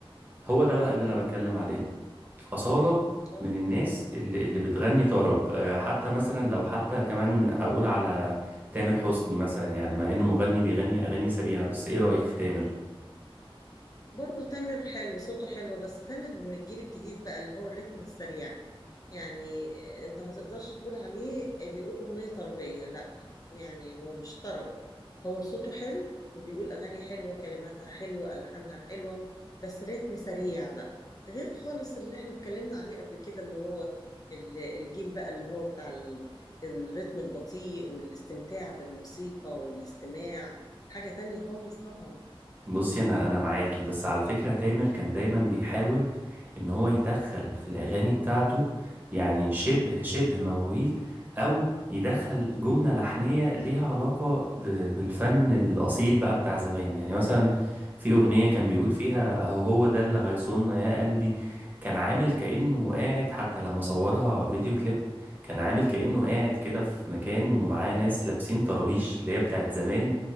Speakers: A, on the right (about 20°); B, on the left (about 40°).
A: هو ده
B: جدا
A: بقى اللي انا بتكلم عليه أصالة
B: اه
A: من الناس اللي اللي بتغني طرب آه، حتى مثلا لو حتى كمان هقول على تامر حسني مثلا يعني مع انه مغني بيغني اغاني سريعة بس ايه رأيك في تامر
B: برضو تامر حلو صوته حلو بس تامر من الجيل الجديد بقى اللي هو الريتم السريع يعني انت ما تقدرش تقول عليه بيقول أغنية طربية لا يعني هو مش طرب هو صوته حلو وبيقول أغاني حلوة كلماتها حلوة ألحانها حلوة بس ريتم سريع بقى غير خالص اللي احنا اتكلمنا عليه قبل كده اللي هو ال- الجيل بقى اللي هو بتاع ال- الريتم البطيء والاستمتاع بالموسيقى والاستماع حاجة تانية خالص طبعا
A: بصي انا انا معاكي بس على فكرة تامر كان دايما بيحاول ان هو يدخل في الاغاني بتاعته يعني شبه شبه مواويل او يدخل جملة لحنية ليها علاقة ب- بالفن الاصيل بقى بتاع زمان يعني مثلا في اغنية كان بيقول فيها اهو هو ده اللي هيصوننا يا قلبي كان عامل كأنه قاعد حتى لما صورها فيديو كليب كان عامل كأنه قاعد كده في مكان ومعاه ناس لابسين طرابيش اللي هي بتاعت زمان